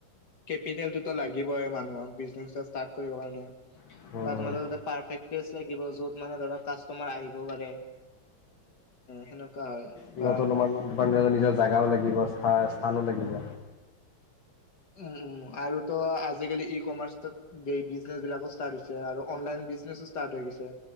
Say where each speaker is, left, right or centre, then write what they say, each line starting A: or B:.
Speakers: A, on the left; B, on the left.
A: কেপিেলতো লাগিবই মানুহ বিনে কৰিব কাৰণে
B: সেইটোৱে
A: বা তম যত মানে কামাৰ আহিব পাৰে এ সেনেকুৱা হয়
B: ত
A: বা
B: ত নিজৰ জোগাও লাগিব স্থানো লাগিব
A: উম উম আৰু তো আজিকালি ই কমাৰ্চত বিজনেচ বিলাকো ষ্টাৰ্ট হৈছে আৰু অনলাইন বিজনেছো ষ্টাৰ্ট হৈ গৈছে